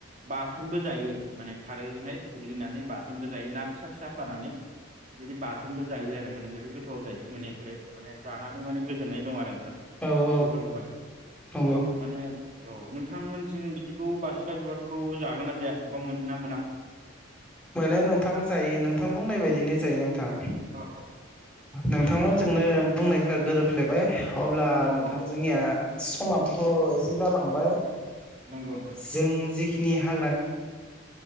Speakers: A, on the right; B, in the centre.
A: बाथोनबो जायो माने खारैजोंहाय थुग्लिनानै बाथोनबो जायो ना फिसा फिसा फानानै बिदि बाथोनबो जायो आरो माने जोबोद गोथाव जायो मानेफोरो माने जानानै माने गोजोननाय दं आरो नोंथां।
B: औ औ
A: बेफोरखौहाय
B: नंगौ
A: माने औ नोंथांमोनथिं बिदिखौ बास <inaudible> खौ जागोन ना जाया बा मोनोना मोना।
B: मोनो नोंथां जायो नोंथां बुंनाय बायदिनो जायो नोंथां।
A: औ
B: नोंथांमोन जोंनो बुंनायफोरा गोरोबफ्लेबाय। अब्ला
A: औ
B: नोंथां
A: औ
B: जोंनिया समाबोथ' एसे जालांबाय
A: नंगौ नोंथां
B: जों जि खिनि हा